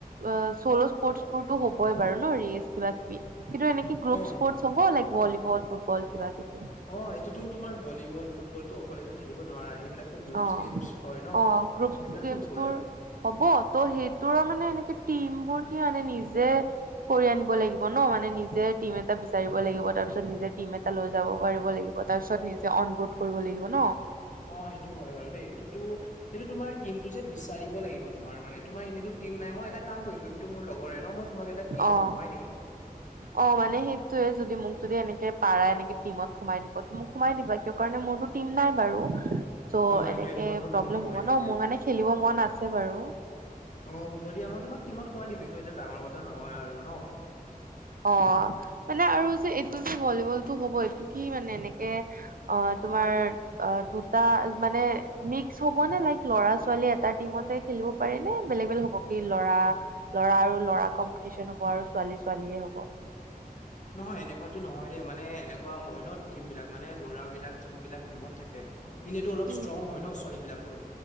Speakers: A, on the right; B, on the left.
A: অ', চ'ল' স্পৰ্ট বোৰতো হ'বই বাৰু ন' ৰেচ কিবা কিবি কিন্তু এনেকে গ্ৰুপ
B: অ
A: স্পৰ্ট চবৰে লাগিব ভলিবল, ফুটবল কিবা কিবি।
B: অঁ, এইটোতো তোমাৰ ভলীবল, ফুটবল টো অকলেটো খেলিব নোৱাৰা হি ইবলাকতো গ্ৰুপচ
A: অ
B: গেমছ হয় ন'
A: অ গ্ৰুপ
B: সেইবিলাকতো
A: গেমছ
B: হ'বই।
A: বোৰ হ'ব ত' সেইটোৰ' মানে এনেকে টিম বোৰ কি মানে নিজে কৰি আনিব লাগিব ন' মানে নিজে টিম এটা বিচাৰিব লাগিব, তাৰপিছত নিজে টিম এটা লৈ যাব পাৰিব লাগিব। তাৰ পিছত নিজে অনবৰ্ড কৰিব লাগিব ন'?
B: অঁ, সেইটো হয় বাৰু দেই কিন্তু সেইটো তুমাৰ টিমটো যে বিচাৰিব লাগিব, তোমাৰ মানে তোমাৰ এনেইতো টিম নাই মই এটা কাম কৰি, ম তুমিতো মোৰ লগৰে ন' মই তোমাক এটা টিমত
A: অঁ,
B: সোমাই দিম
A: অঁ, মানে সেইটোয়ে যদি মোক যদি এনেকে পাৰা এনেকে টিমত সোমাই দিব ত' মোক সোমাই দিবা, কিয় কাৰণে মোৰতো টিম নাই বাৰু। চ'
B: অ সেইটোৱে
A: এনেকে
B: তোমাক মই টিমত
A: প্ৰব্লেম
B: সোমাই
A: হ'ব
B: দিম
A: ন' মোৰ মানে খেলিব মন আছে বাৰু
B: অঁ হ'ব দিয়া, মই তোমাক টিমত সোমাই দিম একো এতিয়া ডাঙৰ কথা নহয় আৰু ন'?
A: অঁ, মানে আৰু যে এইটো যে ভলীবলটো হ'ব এইটো কি মানে এনেকে অঁ তোমাৰ অ', দুটা মানে মিক্স হ'ব নে লাইক লৰা ছোৱালী এটা টিমতে খেলিব পাৰে নে বেলেগ বেলেগ হ'ব, কি ল'ৰা, লৰা আৰু ল'ৰা কম্পিটিচন হ'ব আৰু ছোৱালী ছোৱালীয়ে হ'ব?
B: নহয়, এনেকুৱাতো নহয় ৰে মানে এনেকুৱা হয় ন' টিম বিলাক মানে লৰাবিলাক যোনবিলাক টিমত থাকে হিন্দীটো অলপ
A: উম,
B: ষ্ট্ৰং হয় ন' ছোৱালী বিলাককৈ